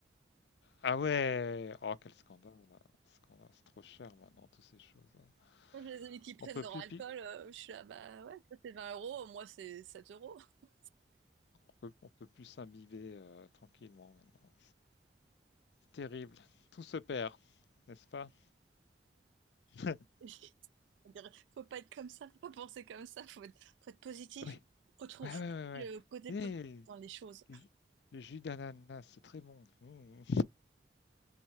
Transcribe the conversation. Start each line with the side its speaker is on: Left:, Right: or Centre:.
Left: Ah ouais, oh quel scandale, là. Scandale, c'est trop cher maintenant, toutes ces choses. hein.
Right: Les amis qui prennent
Left: On peut
Right: leur
Left: plus
Right: alcool,
Left: pi-
Right: euh, je suis là, bah ouais, toi c'est 20 euros, moi c'est 7 euros. <laughs>
Left: on peut, on peut plus s'imbiber euh, tranquillement maintenant. Terrible. Tout se perd, n'est-ce pas? <laughs>
Right: C'est- c'est-à-dire, Faut pas être comme ça, faut pas penser comme ça, faut être, faut être positif.
Left: Oui.
Right: Faut trouver
Left: Ouais, ouais,
Right: faut
Left: ouais,
Right: trouver
Left: ouais.
Right: le côté
Left: Eh,
Right: positif
Left: le
Right: dans les choses.
Left: jus le jus d'ananas, c'est très bon. Mmh.